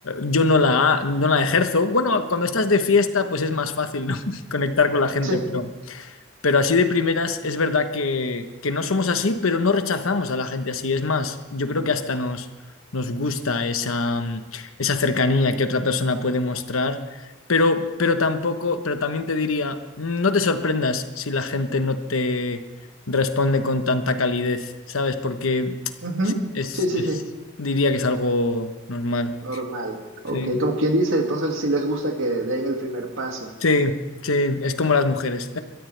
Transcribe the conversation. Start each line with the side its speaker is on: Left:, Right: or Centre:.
Left: yo no la, no la ejerzo. Bueno, cuando estás de fiesta, pues es más fácil, ¿no? <laughs> Conectar con la gente,
Right: sí,
Left: pero así de primeras es verdad que, que no somos así, pero no rechazamos a la gente así. Es más, yo creo que hasta nos, nos gusta esa, mm, esa cercanía que otra persona puede mostrar, pero, pero tampoco, pero también te diría, no te sorprendas si la gente no te responde con tanta calidez, ¿sabes? Porque
Right: ujú,
Left: es,
Right: sí, sí,
Left: es-
Right: sí,
Left: diría que es algo normal.
Right: normal. Ok,
Left: Sí,
Right: como quien dice, entonces sí les gusta que den el primer paso.
Left: sí, sí, es como las mujeres.